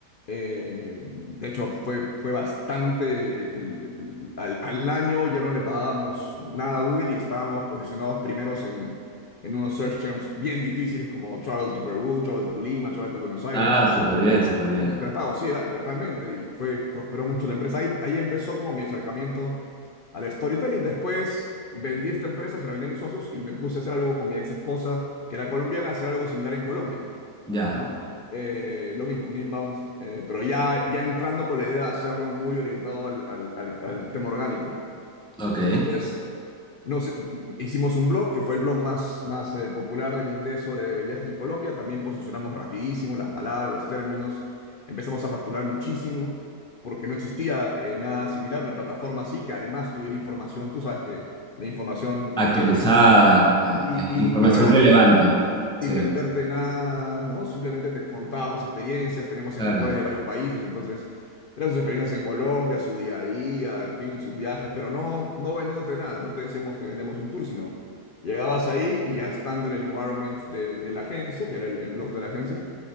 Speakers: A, on the left; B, in the centre.
A: Eh, de hecho, fue, fue bastante, el- el- el- al, al año ya no le pagábamos nada a Google y estábamos posicionados primeros en, en unos search terms bien difíciles como travel to Perú, travel to Lima, travel to Buenos Aires.
B: Ah, súper bien, súper bien.
A: Un Prepago, sí, era, realmente, y fue, prosperó mucho la empresa. Ahí, ahí empezó como mi acercamiento al storytelling. Después vendí esta empresa, se la vendí a mis socios y me puse a hacer algo con mi ex esposa, que era colombiana, hacer algo similar en Colombia,
B: Ya,
A: ¿no? Eh, lo mismo, un inbound, eh, pero ya, ya entrando con la idea de hacerlo muy orientado al, al, al- al tema orgánico.
B: ok.
A: Entonces, nos, eh, hicimos un blog, que fue el blog más, más eh, popular en inglés sobre viajes en Colombia. También posicionamos rapidísimo las palabras, los términos. Empezamos a facturar muchísimo porque no existía eh, nada similar, una plataforma así que además tuviera información. Tú sabes que la información
B: Actualizada,
A: hay que
B: eh,
A: y,
B: eh, información
A: y- y orgánica,
B: relevante.
A: ¿no?
B: Sí,
A: Sin venderte nada, ¿no? Simplemente te contábamos experiencias, tenemos
B: claro,
A: escritores de varios países, entonces eran sus experiencias en Colombia, su día a día, en fin, sus viajes, pero no, no vendiéndote nada, no te decíamos te vendemos un tour, sino llegabas ahí y ya estando en el environment de, de la agencia, que era el, el blog de la agencia,